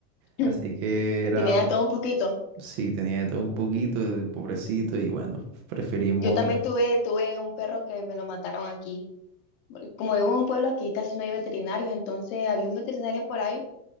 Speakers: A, on the left; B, on the right.
A: <laughs>
B: Así que era,
A: Tenía de todo un poquito.
B: sí, tenía de todo un poquito, el pobrecito. Y bueno, preferimos...
A: Yo también tuve, tuve un perro que me lo mataron aquí. Bueno, Como vivo en un pueblo aquí, casi no hay veterinarios, entonces había un veterinario por ahí,